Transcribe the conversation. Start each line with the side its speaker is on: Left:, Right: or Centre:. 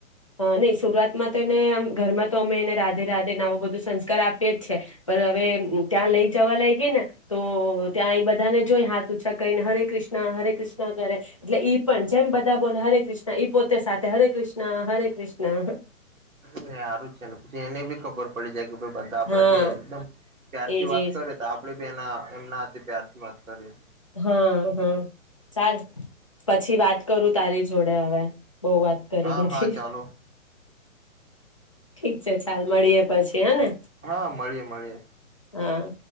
Left: હા નહી શુરુઆતમાં તો એને આમ ઘરમાં તો અમે એને રાધે રાધે ના આવુ બધુ સંસ્કાર આપીએ જ છે પણ હવે અ ત્યાં લઈ જવા લાગી ગઈ ને તો ત્યાં એ બધાને જોઈ હાથ ઉંચા કહીને હરે કૃષ્ણ હરે કૃષ્ણ કરે એટલે ઈ પણ જેમ બધા બોલે હરે કૃષ્ણ. ઈ પોતે સાથે હરે કૃષ્ણ હરે કૃષ્ણ.
Right: ને સારું છે ને પછી એને બી ખબર પડી જાય કે ભાઈ બધા આપણા
Left: હા
Right: ત્યાં એકદમ ત્યારથી
Left: એજ
Right: વાત
Left: એજ
Right: કરે તો આપ આપણે બી એના એમના હાથે પ્યારથી વાત કરીએ.
Left: હા હા ચાલ પછી વાત કરું તારી જોડે હવે. બહુ વાત કરી
Right: હા
Left: દીધી.
Right: હા ચાલો
Left: ઠીક છે ચાલ મળીએ પછી. હેને
Right: હા મળીએ મળીએ.
Left: હા.